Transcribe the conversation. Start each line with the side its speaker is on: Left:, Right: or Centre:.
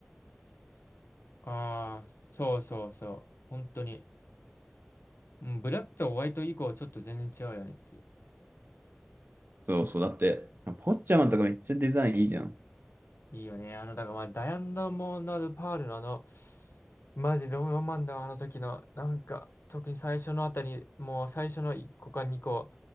Left: ああ、そうそうそう。本当に。うん、ブラックとホワイト以降ちょっと全然違うよねっていう。
Right: そうそう。だって、ポッチャマとかめっちゃデザインいいじゃん。
Left: いいよね。あの、だからまあ、ダイアナモンド・パールのあの、マジロマンだわ、あの時の、なんか、特に最初のあたり、もう最初の1個か2個、